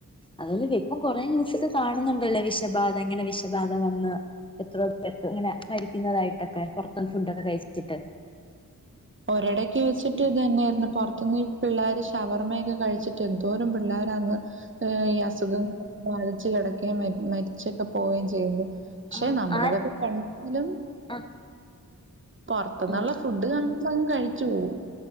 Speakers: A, on the left; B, on the right.
A: അതല്ലെപ്പെ ഇപ്പം കുറേ ന്യൂസൊക്കെ കാണുന്നുണ്ടല്ലേ വിഷബാധ എങ്ങനെ വിഷബാധ വന്ന് എത്രയോ പേർക്ക് ഇങ്ങനെ മരിക്കുന്നതായിട്ടൊക്കെ <unintelligible> കഴിച്ചിട്ട്
B: ഒരിടക്ക് വെച്ചിട്ട് ഇതെന്നേയ്ര് ഇന്ന് പൊറ്ത്തിന്ന് ഈ പിള്ളേർ ഷവർമ്മയൊക്കെ കഴിച്ചിട്ട് എന്തോരം പിള്ളേരാന്ന് ഈ അസുഖങ്ങളൊക്കെ ബാധിച്ച് കിടക്കേം മരിച്ചൊക്കെ പോവുകയും ചെയ്തു പക്ഷെ
A: ആഹ്
B: നമ്മളിതൊക്കെ
A: ആ
B: കണ്ടാലും
A: ആഹ്
B: പൊറ്ത്ത്ന്നുള്ള
A: ഉം
B: ഫുഡ് കാണുമ്പം കഴിച്ചു പോകും